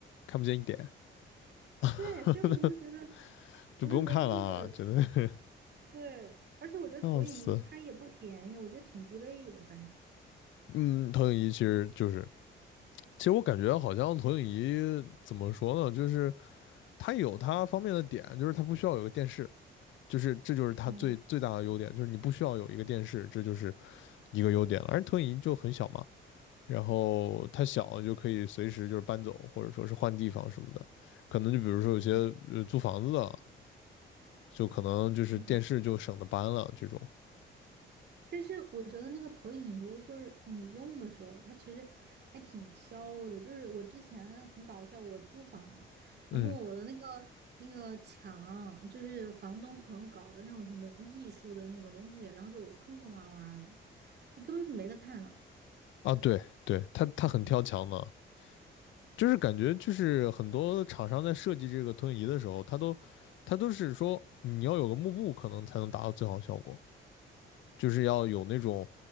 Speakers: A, on the left; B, on the right.
A: 看不见一点，<laughs>
B: 对，所以我就觉得。
A: 就不用看了啊，
B: 我就觉得那个
A: 真的是
B: 对，而且我觉得投影仪它也不便宜，
A: 笑死。
B: 我觉得挺鸡肋的，反正
A: 嗯，投影仪其实就是，其实我感觉好像投影仪怎么说呢，就是它有它方便的点，就是它不需要有个电视。就是这就是它最最大的优点，
B: 嗯
A: 就是你不需要有一个电视，这就是一个优点了。而投影仪就很小嘛，然后它小就可以随时就是搬走，或者说是换地方什么的。可能就比如说有些呃租房子的，
B: 嗯，
A: 就可能就是电视就省得搬了这种。
B: 嗯。但是我觉得那个投影仪就是你用的时候，它其实还挺挑的。就是我之前很搞笑，我租房嘛，然后我的那个
A: 嗯
B: 那个墙，就是房东可能搞了那种什么艺术的那种东西，然后就坑坑洼洼的，就根本没得看呢。
A: 啊，对对，它它很挑墙的，就是感觉就是很多厂商在设计这个投影仪的时候，它都它都是说你要有个幕布可能才能达到最好效果。就是要有那种，